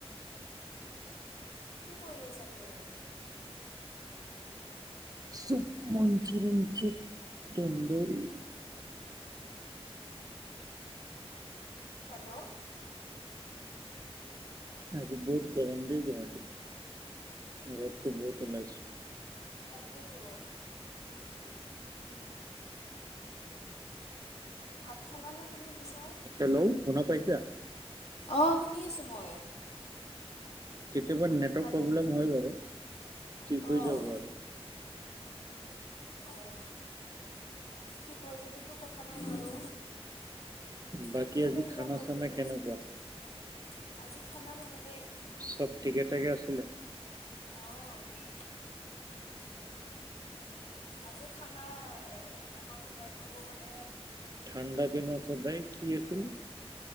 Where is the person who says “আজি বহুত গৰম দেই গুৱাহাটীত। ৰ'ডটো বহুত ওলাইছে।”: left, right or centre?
Right